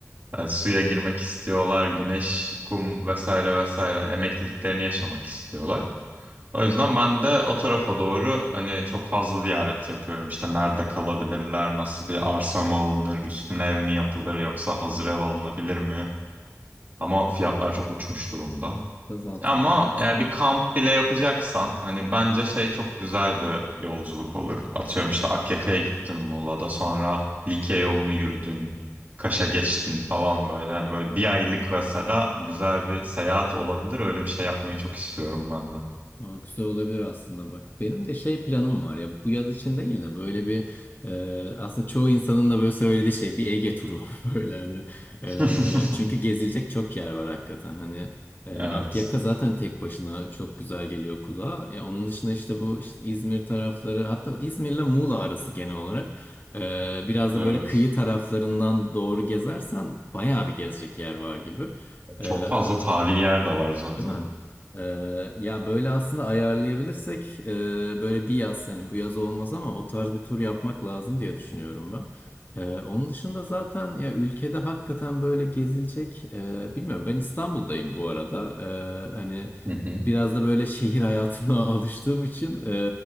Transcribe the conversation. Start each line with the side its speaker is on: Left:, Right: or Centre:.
Right: E, suya girmek istiyorlar, güneş, kum vesaire vesaire emekliliklerini yaşamak istiyorlar. O yüzden ben de o tarafa doğru hani çok fazla ziyaret yapıyorum. İşte nerede kalabilirler, nasıl bir arsa mı alınır, üstüne ev mi yapılır yoksa hazır ev alınabilir mi? Ama fiyatlar çok uçmuş durumda.
Left: Da Zaten
Right: Ama
Left: evet.
Right: yani bir kamp bile yapacaksan hani bence şey çok güzel bir yolculuk olur. Atıyorum işte Akyaka'ya gittin Muğla'da sonra Likya yolunu yürüdün, Kaş'a
Left: Hı hı.
Right: geçtin falan böyle. Hani böyle bir aylık mesela güzel bir seyahat olabilir. Öyle bir şey yapmayı çok istiyorum ben de.
Left: Aa, güzel olabilir aslında bak. Benim de şey planım var ya bu yaz için değil de böyle bir e, aslında çoğu insanın da böyle söylediği şey bir Ege turu <laughs> böyle hani. E,
Right: Hı. <laughs>
Left: çünkü gezilecek çok yer var hakikaten hani. E,
Right: Evet.
Left: Akyaka zaten tek başına çok güzel geliyor kulağa. Ya onun dışında işte bu işte İzmir tarafları hatta İzmir'le Muğla arası genel olarak e, biraz
Right: Evet.
Left: da böyle kıyı taraflarından doğru gezersen bayağı bir gezecek yer var gibi.
Right: Çok
Left: E,
Right: fazla tarihi yer de var zaten.
Left: Değil mi? Ee, ya böyle aslında ayarlayabilirsek e, böyle bir yaz hani bu yaz olmaz ama o tarz bir tur yapmak lazım diye düşünüyorum ben. Ee, onun dışında zaten ya ülkede hakikaten böyle gezilecek e, bilmiyorum ben İstanbul'dayım bu arada. Ee, hani
Right: Hı hı.
Left: biraz da böyle şehir hayatına <laughs> alıştığım için e,